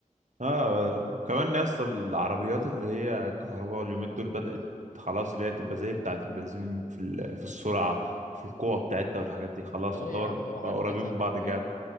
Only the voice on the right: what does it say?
اه كمان يا اسطى العربيات اللي هي الكهرباء اليومين دول بدأت خلاص اللي هي تبقى زي بتاعة البنزين في ال- في السرعة في القوة بتاعتها والحاجات دي خلاص
يعتبر
بقى قريبين من
بعض جامد